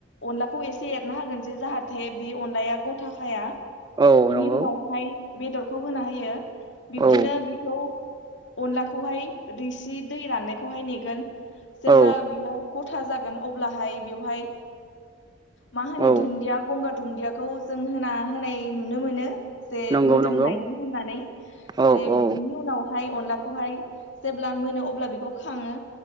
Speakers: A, on the left; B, on the right.
A: अनलाखौ एसे एरना होगोन जे जाहाथे बे अनलाया गथा खाया।
B: औ
A: बिनि
B: नंगौ
A: उनावहाय बेदरखौ होना होयो बिब्दिनो
B: औ
A: बेखौ अनलाखौहाय रिसि दै राननायखौहाय नेगोन जेब्ला
B: औ
A: बियो ग था जागोन अब्लाहाय बेवहाय मा होनो
B: औ
A: दुन्दिया गंगार दुन्दियाखौ जों होना होनाय नुनो मोनो। जे
B: नंगौ
A: मोदोमनायनि
B: नंगौ
A: होननानै
B: औ
A: जे
B: औ
A: बिनि उनावहाय अनलाखौहाय जेब्ला मोनो अब्ला बेखौ खाङो